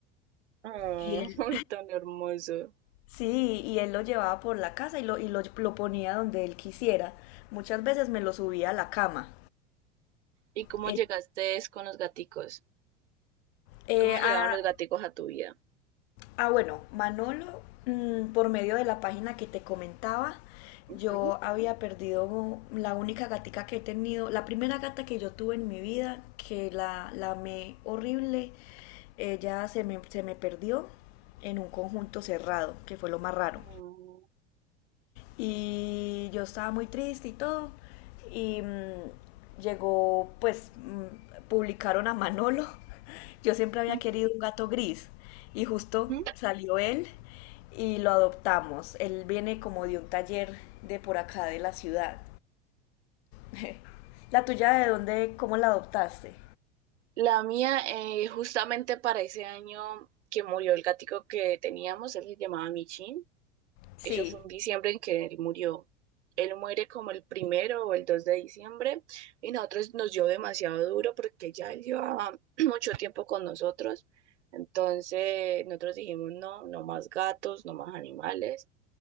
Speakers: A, on the right; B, on the left.
A: oh,
B: Y él,
A: <laughs> ay, tan hermoso.
B: Sí, y él lo llevaba por la casa y lo, y lo, lo ponía donde él quisiera. Muchas veces me lo subía a la cama.
A: ¿Y cómo
B: Eh,
A: llegaste es con los gaticos?
B: eh,
A: ¿Cómo llegaron
B: ah,
A: los gaticos a tu vida?
B: ah, bueno, Manolo, mm, por medio de la página que te comentaba,
A: Ujú.
B: yo había perdido la única gatica que he tenido, la primera gata que yo tuve en mi vida, que la, la amé horrible, ella se me, se me perdió en un conjunto cerrado, que fue lo más raro.
A: Mm,
B: Y yo estaba muy triste y todo. Y mmm, llegó, pues, mmm, publicaron a Manolo. <laughs> Yo siempre había
A: ujú,
B: querido un gato gris. Y justo
A: ujú.
B: salió él y lo adoptamos. Él viene como de un taller de por acá de la ciudad. <laughs> ¿La tuya de dónde, cómo la adoptaste?
A: La mía, eh, justamente para ese año que murió el gatico que teníamos, él se llamaba Michin.
B: Sí,
A: Eso fue en diciembre en que él murió. Él muere como el primero o el 2 de diciembre y nosotros nos dio demasiado duro porque ya él llevaba <clears throat> mucho tiempo con nosotros. Entonces nosotros dijimos, no, no más gatos, no más animales,